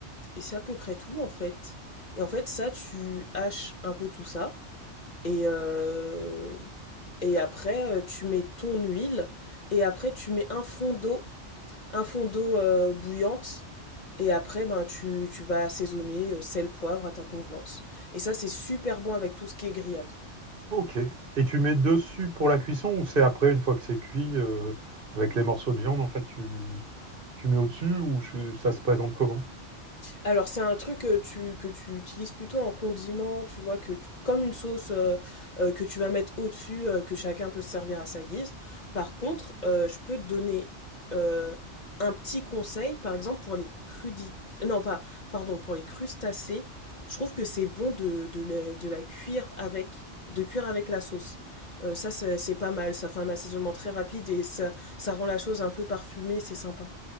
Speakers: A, on the left (about 40°); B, on the right (about 50°).
A: et c'est à peu près tout, en fait et en fait, ça, tu haches un peu tout ça et heu et après, heu, tu mets ton huile et après tu mets un fond d'eau, un fond d'eau, heu, bouillante et après, ben, tu tu vas assaisonner, heu, sel, poivre à ta convenance et ça, c'est super bon avec tout ce qui est grillade.
B: Ok. Et tu mets dessus pour la cuisson ou c'est après, une fois que c'est cuit, euh, avec les morceaux de viande, en fait, tu, tu mets au-dessus ou je- ça se présente comment
A: Alors c'est un truc que tu, que tu utilises plutôt en condiment, tu vois, que tu- comme une sauce euh, euh, que tu vas mettre au-dessus, euh, que chacun peut se servir à sa guise. Par contre, euh, je peux te donner euh, un petit conseil, par exemple pour les crudités, non pas, pardon, pour les crustacés, je trouve que c'est bon de, de, la, de la cuire avec, de cuire avec la sauce. Euh, ça c'est c'est pas mal, ça fait un assaisonnement très rapide et ça, ça rend la chose un peu parfumée, c'est sympa.